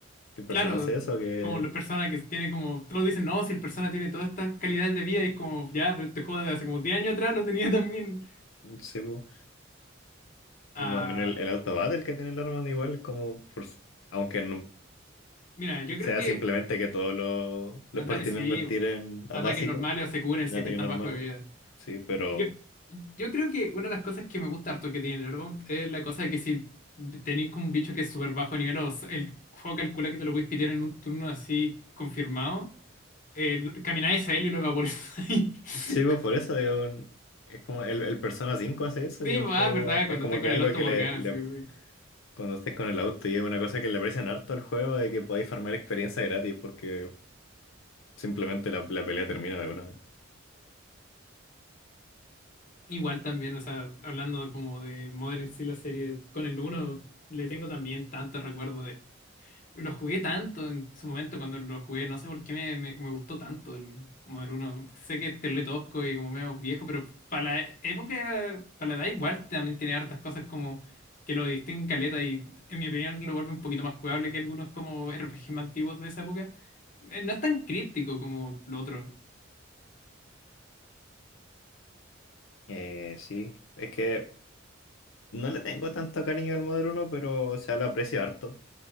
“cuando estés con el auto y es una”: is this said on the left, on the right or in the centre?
Left